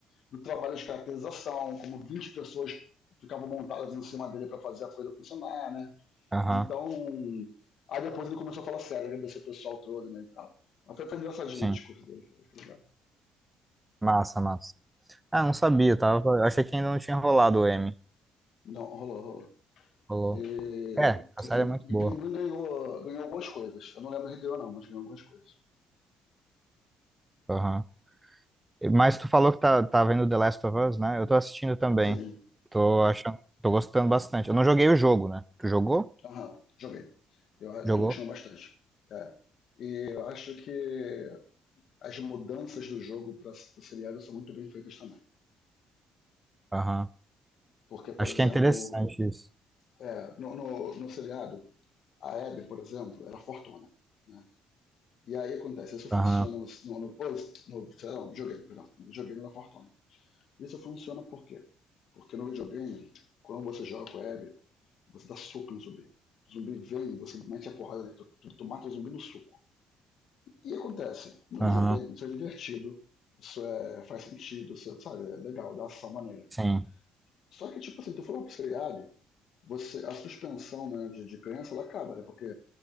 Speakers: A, on the left; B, on the right.
A: do trabalho de caracterização, como 20 pessoas ficavam montadas em cima dele para fazer a coisa funcionar, né?
B: aham.
A: Então, aí depois ele começou a falar sério, agradecer o pessoal todo, né, e tal. Mas foi, foi engraçadinho
B: Sim.
A: o discurso dele, foi, foi legal.
B: Massa, massa. Ah, não sabia, tava. Eu achei que ainda não tinha rolado o M.
A: Não, rolou, rolou.
B: Rolou.
A: E,
B: É, a
A: e,
B: série é muito boa.
A: e Pinguim ganhou, ganhou algumas coisas. Eu não lembro se ganhou, não, mas ganhou algumas coisas.
B: Aham. E- Mas tu falou que tá, tá vendo The Last of Us, né? Eu tô assistindo também.
A: Sim,
B: Tô achando, tô gostando bastante. Eu não joguei o jogo, né? Tu jogou?
A: aham, joguei. Eu, eu
B: Jogou?
A: tô gostando bastante. É. E eu acho que as mudanças do jogo para o seriado são muito bem feitas também.
B: Aham.
A: Porque, por
B: Acho
A: exemplo,
B: que é interessante isso.
A: é, no, no, no seriado, a Abby, por exemplo, era fortuna. Né? E aí acontece, isso funciona
B: Aham.
A: no, no, no, no, sei lá, no videogame, perdão, no videogame da Fortuna. Isso funciona por quê? Porque no videogame, quando você joga com a Abby, você dá soco no zumbi. O zumbi vem, você mete a porrada nele, tu, tu, tu mata o zumbi no soco. E acontece, no
B: Aham.
A: videogame, isso é divertido, isso é, faz sentido, isso, é, sabe, é legal, dá ação maneira.
B: Sim.
A: Só que, tipo assim, tu for pro seriado, você, a suspensão né, de, de crença ela acaba, né? Porque